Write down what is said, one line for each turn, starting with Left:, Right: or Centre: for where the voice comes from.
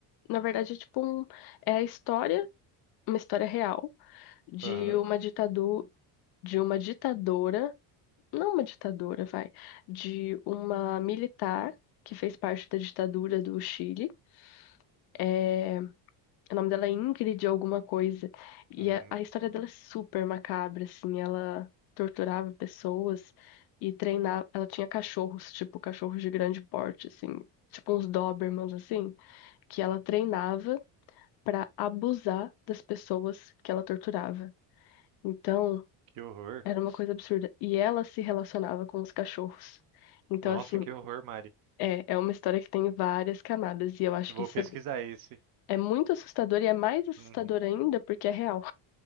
Left: na verdade, é tipo um, é a história, uma história real de
Right: Aham.
Left: uma ditadura, de uma ditadora não é uma ditadora, vai, de uma militar que fez parte da ditadura do Chile. É, o nome dela é Ingrid alguma coisa. E
Right: Uhum.
Left: a, a história dela é super macabra, assim, ela torturava pessoas e treinava, ela tinha cachorros, tipo cachorros de grande porte, assim, tipo uns Dobermans, assim, que ela treinava pra abusar das pessoas que ela torturava. Então,
Right: Que horror.
Left: era uma coisa absurda. E ela se relacionava com os cachorros. Então,
Right: Nossa,
Left: assim,
Right: que horror, Mari.
Left: É, é uma história que tem várias camadas e eu acho
Right: Eu
Left: que
Right: vou
Left: isso
Right: pesquisar
Left: é,
Right: esse.
Left: é muito assustador e é mais assustador
Right: Uhum.
Left: ainda porque é real.